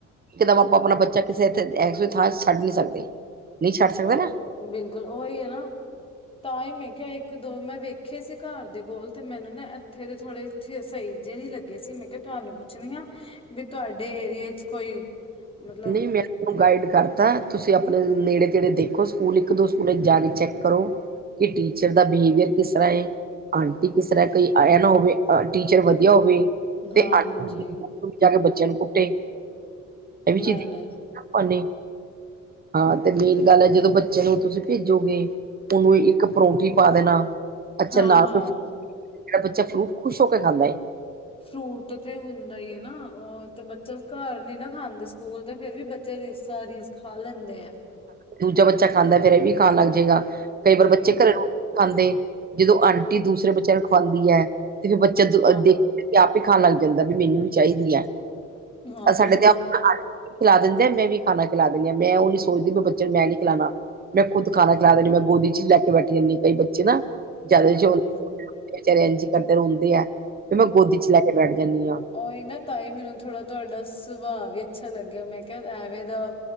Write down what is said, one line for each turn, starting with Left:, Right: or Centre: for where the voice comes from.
Right: ਏਕਦਮ ਆਪਾਂ ਆਪਨਾ ਬੱਚਾ ਕਿਸੇ ਇਥੇ ਥਾਂ ਇਹੋ ਜੀ ਥਾਂ ਛਡ ਨੀ ਸਕਦੇ, ਨਈ ਛਡ ਸਕਦੇ
Left: ਉਹ
Right: ਨਾ
Left: ਬਿਲਕੁਲ, ਓਈ ਐ ਨਾ, ਤਾਂ ਈ ਮੈਂ ਕਯਾ ਇੱਕ-ਦੋ ਮੈਂ ਵੇਖ ਵੇਖੇ ਸੀ ਘਾੱਰ ਦੇ ਕੋਲ, ਤੇ ਮੈਨੂੰ ਨਾ ਐਥੇ ਦੇ ਥੋੜੇ ਥੇ ਸਈ ਜੇ ਨੀ ਲੱਗੇ ਸੀ, ਮੈਂ ਕਯਾ ਤੁਆਨੂੰ ਪੁੱਛਨੀ ਆਂ। ਵੀ ਤੁਆਡੇ ਏਰੀਏ ਚ ਕੋਈ ਮਤਲਬ
Right: ਨਈ, ਮੈਂ ਗਾਈਡ ਕਰਤਾ, ਤੁਸੀ ਅਪਨੇ ਨੇੜੇ ਤੇੜੇ ਦੇਖੋ ਸਕੂਲ, ਇੱਕ-ਦੋ ਸਕੂਲ 'ਚ ਜਾ ਕੇ ਚੈੱਕ ਕਰੋ। ਕਿ ਟੀਚਰ ਦਾ ਬਿਹੇਵੀਅਰ ਕਿਸ ਤਰਾਂ ਏ ਆਂਟੀ ਕਿਸ ਤਰਾਂ ਕੋਈ ਆਯਾ ਨਾ ਹੋਵੇ, ਟੀਚਰ ਵਦੀਆ ਹੋਵੇ
Left: ਹਾਂਜੀ
Right: ਤੇ ਆਂਟੀ <unintelligible> ਜਾ ਕੇ ਬੱਚੇਆਂ ਨੂੰ ਕੁੱਟੇ। ਐ ਵੀ ਚੀਜ਼
Left: ਨਹੀਂ ਨਹੀਂ
Right: <unintelligible> ਆਪਾਂ ਨੇ। ਹਾਂ, ਤੇ ਮੇਨ ਗਾੱਲ ਐ ਜਦੋਂ ਬੱਚੇ ਨੂੰ ਤੁਸੀ ਪੇਜੋਗੇ ਓਨੂੰ ਇੱਕ ਪਰੌਂਠੀ ਪਾ ਦੇਨਾ। ਅੱਛਾ,
Left: ਹਾਂ
Right: ਨਾਲ
Left: ਹਾਂ
Right: ਕੋਈ <unintelligible> ਬੱਚਾ ਫਰੂਟ ਖੁਸ਼ ਹੋ ਕੇ ਖਾਂਦਾ ਏ।
Left: ਫਰੂਟ ਤੇ ਹੁੰਦਾ ਈ ਏ ਨਾ, ਓ ਤੇ ਬੱਚਾ ਘਰ ਨੀ ਨਾ ਖਾਂਦੇ। ਸਕੂਲ ਤੇ ਫੇਰ ਵੀ ਬੱਚੇ ਰੀਸਾਂ ਰੀਸ ਖਾ ਲੈਂਦੇ ਐ।
Right: ਦੂਜਾ ਬੱਚਾ ਖਾਂਦਾ ਫੇਰ ਏ ਵੀ ਖਾਨ ਲਾਗ ਜੇਗਾ, ਕਈ ਵਾਰ
Left: ਜੀ
Right: ਬੱਚੇ ਘਰੇ ਨੂੰ ਖਾਂਦੇ ਜਦੋਂ ਆਂਟੀ ਦੂਸਰੇ ਬੱਚੇਆਂ ਨੂੰ ਖਵਾਂਦੀ ਐ, ਤੇ ਫੇਰ ਬੱਚਾ ਦ
Left: ਹਾਂ
Right: ਦੇਖ ਤੇ ਆਪ ਈ ਖਾਨ ਲਾੱਗ ਜਾਂਦੈ ਵੀ ਮੈਨੂੰ ਵੀ ਚਾਈਦੀ ਐ,
Left: ਹਾਂ ਬਿਲਕੁਲ
Right: ਸਾਡੇ <unintelligible> ਖਿਲਾ ਦਿੰਦੇ ਐ ਮੈਂ ਵੀ ਖਾਨਾ ਖਿਲਾ ਦਿੰਨੀ ਆਂ, ਮੈਂ ਓ ਨੀ ਸੋਚਦੀ ਬ ਬੱਚੇ ਨੂੰ ਮੈਂ ਨੀ ਖਿਲਾਨਾ। ਮੈਂ ਖੁਦ ਖਾਨਾ ਖਿਲਾ ਦੇਨੀ, ਮੈਂ ਗੋਦੀ 'ਚ ਲੈ ਕੇ ਬੈਠੀ ਰੈਨੀ ਕਈ ਬੱਚੇ ਨਾ। ਜਾਦਾ
Left: ਹਾਂਜੀ
Right: ਜੋ ਵਿਚਾਰੇ
Left: ਹਾਂ
Right: ਐਂਜ ਈ ਕਰਦੇ ਰੋਂਦੇ ਐ, ਫਿਰ ਮੈਂ ਗੋਦੀ 'ਚ ਲੈ ਕੇ ਬੈਠ ਜਾਂਨੀ ਆਂ।
Left: ਓਈ ਨਾ ਤਾਂਈ ਮੈਨੂੰ ਥੋੜ ਤੁਆਡਾ ਸੁਭਾ ਵੀ ਅੱਛਾ ਲੱਗਯਾ, ਮੈਂ ਕਯਾ ਐਵੇਂ ਦਾ